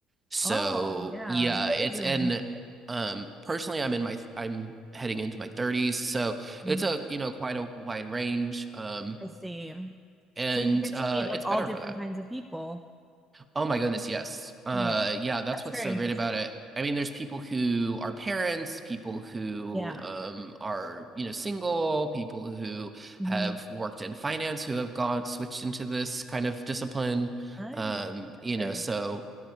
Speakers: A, on the right; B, in the centre.
A: So
B: Oh, yeah.
A: yeah,
B: There
A: it's
B: is a
A: and
B: range there.
A: um personally I'm in my I'm heading into my 30s, so
B: Mhm.
A: it's a you know quite a wide range um
B: I see.
A: and
B: So you get
A: uh
B: to meet like
A: it's better
B: all different
A: for that.
B: kinds of people.
A: Oh my goodness, yes. Uh
B: Yeah.
A: yeah, that's
B: That's
A: what's
B: very
A: so
B: interesting.
A: great about it. I mean, there's people who are parents, people who
B: Yeah.
A: um are, you know, single, people who
B: hmm
A: have worked in finance who have gone switched into this kind of discipline.
B: Nice.
A: Um,
B: That's
A: you know,
B: very,
A: so